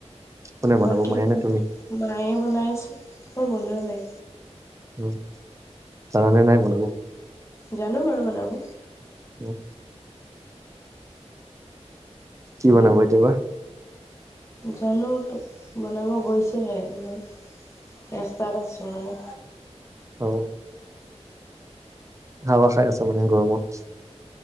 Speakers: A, on the right; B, on the left.
A: কোনে বনাব
B: বাকী
A: মায়ে
B: ক
A: নে তুমি
B: মায়ে বনাই আছে, মই বনোৱা নাই।
A: অ পাৰানে নাই বনাব?
B: জানো বাৰু বনাব।
A: উম। কি বনাব এতিয়া বা?
B: জানো তো বনাব গৈছেহে। মই ৰেস্তাত আছো। ইমানে
A: অ, হাৱা খাই আছা মানে গৰমত।